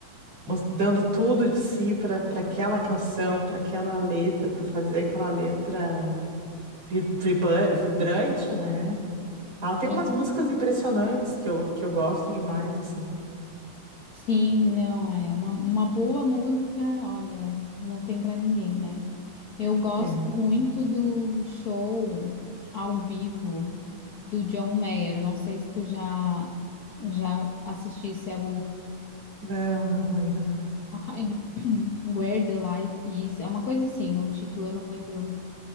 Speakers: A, on the right; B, on the left.
A: mos- dando tudo de si para para aquela canção, para aquela letra, para fazer aquela letra vi- vibra- vibrante, né? Ela tem
B: Sim.
A: umas músicas impressionantes que eu, que eu gosto demais, assim.
B: Sim, não, é uma, uma boa música, olha, não tem pra ninguém, né? Eu gosto
A: É.
B: muito do show ao vivo do John Mayer. Eu Não sei se tu já já assistisse ao
A: Não, não, ainda não.
B: ai, <clears throat> Where the Light Is. É uma coisa assim, o título eu não lembro